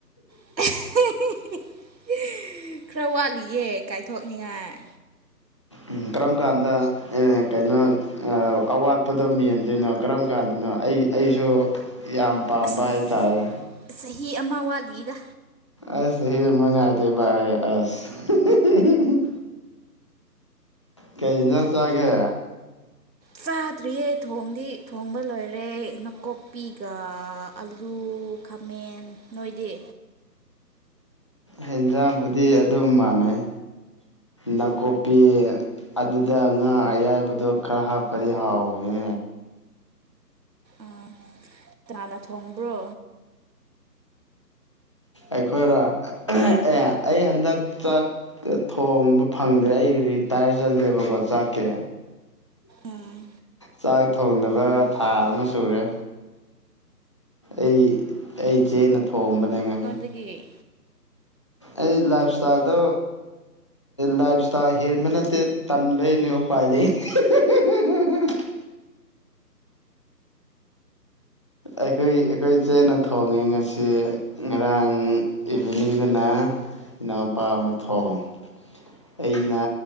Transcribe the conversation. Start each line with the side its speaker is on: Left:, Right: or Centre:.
Right: ꯑ ꯍ ꯍꯤ ꯍꯤ <unintelligible> <unintelligible> ꯈꯔ ꯋꯥꯠꯂꯤꯌꯦ ꯀꯥꯏꯊꯣꯛꯅꯤꯡꯉꯥꯏ
Left: ꯎꯝ ꯀꯔꯝ ꯀꯥꯟꯗ ꯑꯥ ꯀꯩꯅꯣ ꯑꯥ ꯑꯋꯥꯠꯄꯗꯣ ꯃꯦꯟꯗꯣꯏꯅꯣ ꯀꯔꯝ ꯀꯥꯟꯗꯅꯣ ꯑꯩ ꯑꯩꯁꯨ ꯌꯥꯝ ꯄꯥꯝꯕ
Right: ꯑꯁ
Left: ꯍꯥꯏꯇꯥꯔꯦ
Right: ꯆꯍꯤ ꯑꯃ ꯋꯥꯠꯂꯤꯗ
Left: ꯑꯁ ꯆꯍꯤ ꯑꯃ ꯉꯥꯏꯗꯣꯏꯕ ꯑꯩ ꯑꯁ ꯍꯤ ꯍꯤ ꯍꯤ ꯍꯤ ꯀꯩ ꯏꯟꯖꯥꯡ ꯆꯥꯒꯦ
Right: ꯆꯥꯗ꯭ꯔꯤꯌꯦ ꯊꯣꯡꯗꯤ ꯊꯣꯡꯕ ꯂꯣꯏꯔꯦ ꯅꯥꯀꯨꯞꯄꯤꯒ ꯑꯂꯨ ꯈꯥꯃꯦꯟ ꯅꯣꯏꯗꯤ
Left: ꯍꯦꯟꯖꯥꯡꯕꯨꯗꯤ ꯑꯗꯨꯝ ꯃꯥꯟꯅꯩ ꯅꯥꯀꯨꯞꯄꯤ ꯑꯗꯨꯗ ꯉꯥ ꯑꯌꯥꯏꯕꯗꯣ ꯈꯔ ꯍꯥꯞꯄꯗꯤ ꯍꯥꯎꯕꯅꯦ
Right: ꯑꯥ ꯀꯅꯥꯅ ꯊꯣꯡꯕ꯭ꯔꯣ
Left: ꯑꯩꯈꯣꯏꯔꯣ ꯑ ꯑꯍ ꯑꯦ ꯑꯩ ꯍꯟꯗꯛ ꯆꯥꯛ ꯊꯣꯡꯕ ꯐꯪꯗ꯭ꯔꯦ ꯑꯩ ꯔꯤꯇꯥꯌ꯭ꯔ ꯆꯠꯂꯦꯕꯀꯣ ꯆꯥꯛꯀꯤ
Right: ꯑꯥ
Left: ꯆꯥꯛ ꯊꯣꯡꯗꯕ ꯊꯥ ꯑꯃ ꯁꯨꯔꯦ ꯑꯩ ꯑꯩ ꯏꯆꯦꯅ ꯊꯣꯡꯕꯅꯦ ꯉ
Right: ꯗꯒꯤ
Left: ꯑꯩ ꯂꯥꯏꯞ ꯁ꯭ꯇꯥꯏꯜꯗꯣ ꯂꯥꯏꯞ ꯁ꯭ꯇꯥꯏꯜ ꯍꯦꯟꯕ ꯅꯠꯇꯦ ꯇꯟꯕꯩꯅꯦ ꯎꯄꯥꯏ ꯂꯩ ꯎ ꯎ ꯎ ꯎ <unintelligible> ꯑꯩꯈꯣꯏ ꯑꯩꯈꯣꯏ ꯆꯦꯅ ꯊꯣꯡꯉꯦ ꯉꯁꯤ ꯉꯔꯥꯡ ꯏꯚꯤꯅꯤꯡꯗꯅ ꯏꯅꯥꯎꯄꯥ ꯑꯃ ꯊꯣꯡ ꯑꯩꯅ